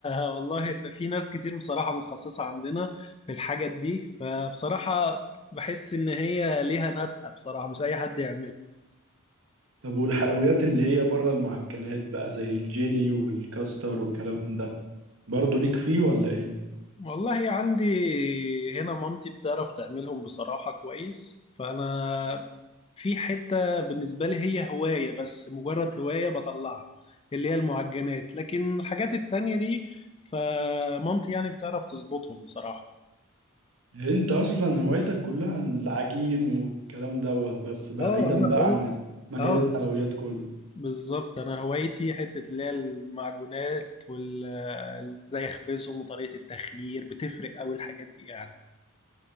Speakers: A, on the left; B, on the right.
A: <laughs> والله إن في ناس كتير بصراحة متخصصة عندنا في الحاجات دي فبصراحة بحس إن هي ليها ناسها بصراحة مش أي حد يعملها
B: طب والحلويات اللي هي بره المعجنات بقى زي الجيلي والكاستر والكلام ده برضو ليك فيه ولا ايه
A: والله عندي هنا مامتي بتعرف تعملهم بصراحة كويس فأنا في حتة بالنسبة لي هي هواية بس مجرد هواية بطلعها اللي هي المعجنات لكن الحاجات التانية دي فمامتي يعني بتعرف تظبطهم بصراحة
B: انت اصلا هوايتك كلها عن العجين والكلام دوت بس بعيدا
A: اه انا
B: بقى
A: بقول
B: عن مجال
A: اه
B: الحلويات
A: بت-
B: كله
A: بالظبط أنا هوايتي حتة اللي هي المعجونات وال إزاي أخبزهم وطريقة التخمير بتفرق أوي الحاجات دي يعني